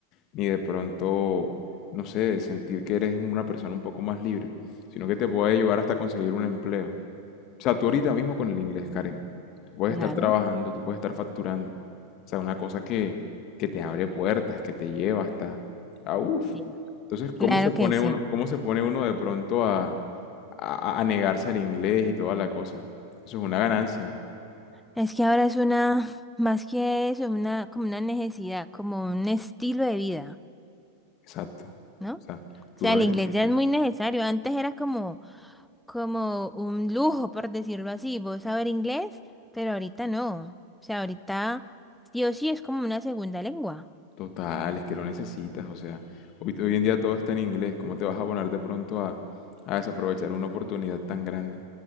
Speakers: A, on the left (about 40°); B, in the centre.
A: ni de pronto, no sé, sentir que eres una persona un poco más libre, sino que te puede ayudar hasta conseguir un empleo. O sea, tú ahorita mismo con el inglés, Karen, tú puedes
B: Claro,
A: estar trabajando, tú puedes estar facturando. O sea, una cosa que, que te abre puertas, que te lleva hasta... Ah, uff.
B: sí,
A: Entonces, ¿cómo
B: claro
A: se pone
B: que sí.
A: uno, cómo se pone uno de pronto a, a, a negarse al inglés y toda la cosa? Eso es una ganancia.
B: Es que ahora es una, más que eso, una, como una necesidad, como un estilo de vida.
A: Exacto. O
B: ¿no? O
A: sea, tú
B: sea,
A: lo
B: el
A: necesitas.
B: inglés ya es muy necesario. Antes era como, como un lujo, por decirlo así, vos saber inglés, pero ahorita no. O sea, ahorita sí o sí es como una segunda lengua.
A: Total, es que lo necesitas, o sea, hoy, hoy en día todo está en inglés, ¿cómo te vas a poner de pronto a, a desaprovechar una oportunidad tan grande?